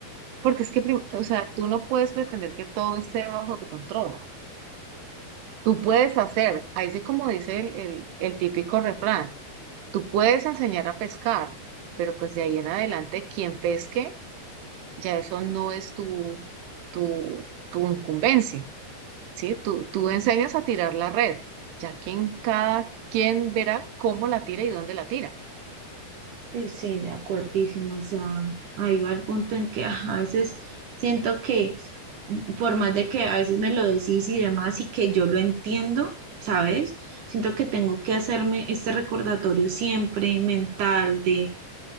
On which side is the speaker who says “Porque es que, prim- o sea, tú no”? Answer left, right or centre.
Right